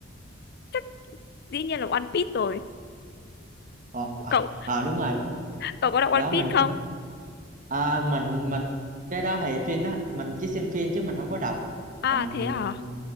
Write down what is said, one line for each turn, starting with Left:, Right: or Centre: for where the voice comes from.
Left: Chắc dĩ nhiên là One Piece rồi.
Right: Ờ, à,
Left: Cậu
Right: à, đúng rồi,
Left: cậu có đọc One
Right: đó
Left: Piece
Right: mình
Left: không?
Right: mình, à, mình mình cái đó thì phim đó, mình chỉ xem phim chứ mình không có đọc.
Left: À
Right: Mình
Left: thế hả?